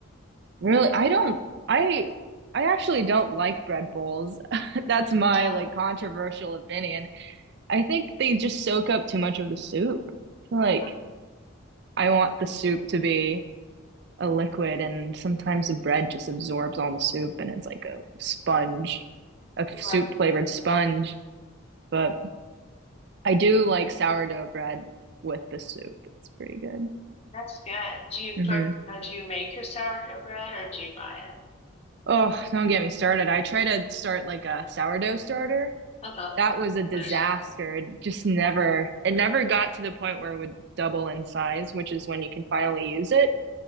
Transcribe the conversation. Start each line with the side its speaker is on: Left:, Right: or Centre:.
Right: Really, I don't, I, I actually don't like bread bowls. <laughs> That's my
Left: You don't?
Right: like controversial opinion. I think they just soak up too much of the soup. I feel like
Left: uh,
Right: I want the soup to be a liquid, and sometimes the bread just absorbs all the soup, and it's like a sponge, a
Left: Right.
Right: soup flavored sponge. But I do like sourdough bread with the soup. It's pretty good.
Left: That's good. Do you
Right: hmm
Left: cook, uh, do you make your sourdough bread or do you buy it?
Right: Oh, don't get me started. I tried to start like a sourdough starter.
Left: Uh-huh.
Right: That was a disaster.
Left: <laughs>
Right: It just never, it never got to the point where it would double in size, which is when you can finally use it.